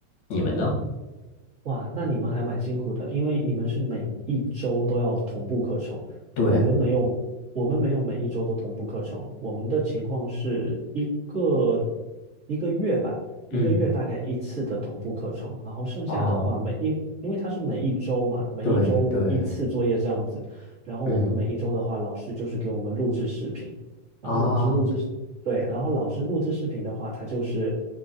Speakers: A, on the left; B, on the right.
A: 你们呢？
B: 哇，那你们还蛮辛苦的，因为你们是每一周都要同步课程，
A: 对，
B: 我们没有，我们没有每一周都同步课程，我们的情况是一个一个月吧，一个月大概一次的同步课程，
A: 嗯，
B: 然后剩下的话每一，
A: 哦，
B: 因为它是每一周嘛，每一周一次作业这样子，
A: 对对，
B: 然后我们每一周的话，
A: 嗯，
B: 老师就是给我们录制视频，然后老师录制，
A: 啊，
B: 对，然后老师录制视频的话，他就是。